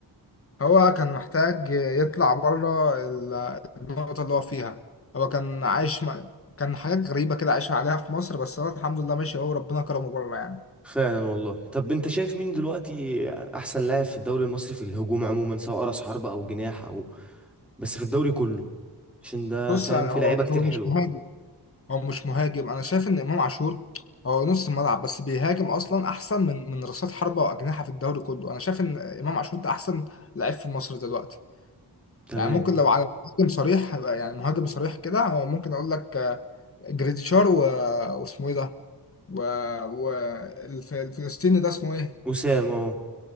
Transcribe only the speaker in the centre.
فعلا والله طب انت شايف مين دلوقتي احسن لاعب في الدوري المصري في الهجوم عموما سواء راس حربة او جناح او بس في الدوري كله عشان ده
فاهم
في لعيبة
كتير حلوة
تمام
وسام اه